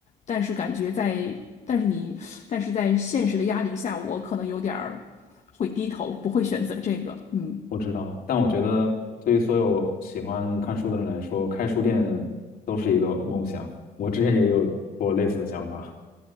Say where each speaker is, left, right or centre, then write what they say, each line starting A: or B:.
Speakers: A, on the left; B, on the left.
A: 但是感觉在但是你但是在现实的压力下，我可能有点儿会低头，不会选择这个。嗯。
B: 我知道，但我觉得对于所有喜欢看书的人来说，开书店都是一个梦想。我之前也有过类似的想法。